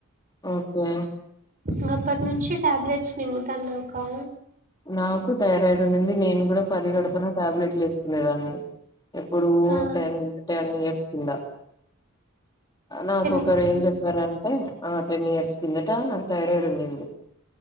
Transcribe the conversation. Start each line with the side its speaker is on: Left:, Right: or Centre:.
Left: ఓకే
Right: ఇంగ అప్పటి నుంచి టాబ్లెట్స్ మింగుతాన అక్క
Left: నాకు థైరాయిడ్ ఉంది నేను కూడా పరీ గడపన టాబ్లెట్లు వేసుకునేదాన్ని ఇప్పుడు
Right: ఆ!
Left: టెన్ టెన్ ఇయర్స్ కింద నాకు ఒకరు
Right: ఇయర్స్
Left: ఏం చెప్పారంటే ఆ టెన్ ఇయర్స్ కిందట నాకు థైరాయిడ్ ఉండేది